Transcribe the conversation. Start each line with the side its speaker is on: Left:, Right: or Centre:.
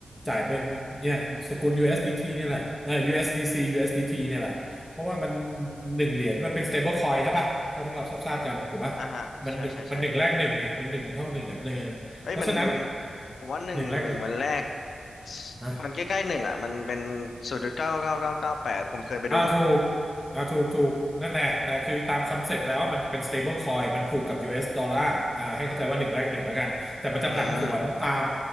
Centre: จ่ายเป็นเนี่ยสกุล USDT เอสดีทีเนี่ยแหละเอ่า USDC USDT เอสดีทีเนี่ยแหละเพราะว่ามันหนึ่งเหรียญมันเป็น stable coin ใช่ป่ะเท่าที่เราทราบๆกันถูกป่ะ
Left: อ่าฮะใช่ใช่ใช่
Centre: มันหนึ่งมันหนึ่งแรกหนึ่งนี่มันหนึ่งเท่าหนึ่งอ่ะเออ
Left: เอ้ยมันมัน
Centre: เพราะฉะนั้น
Left: ผมว่าหนึ่งหนึ่งวันแรก
Centre: หนึ่งแรกหนึ่งนะ
Left: <sniffs> มันใกล้ๆหนึ่งอ่ะมันเป็นศูนย์จุดเก้าเก้าเก้าเก้าแปดผมเคยไปดูมา
Centre: อ่าถูกอ่าถูกถูกนั่นแหละแต่คือตามคอนเซปต์แล้วมันเป็น stable coin มันผูกกับ US ดอลลาร์อ่าให้เข้าใจว่าหนึ่งแรกหนึ่งแล้วกันแต่มันจะผันผวนตาม
Left: อืม